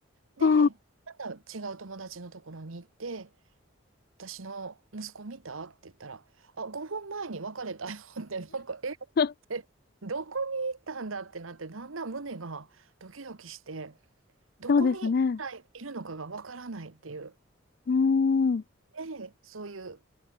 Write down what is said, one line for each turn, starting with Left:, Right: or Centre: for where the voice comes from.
Right: で、
Left: あー
Right: また違う友達のところに行って、私の息子見たって言ったら、あ、5分前に別れたよって、なんか、えっ
Left: <laughs>
Right: て、どこに行ったんだってなって、だんだん胸がドキドキして、どこに一体いるのかがわからないっていう。
Left: そうですね。うーん、
Right: で、そういう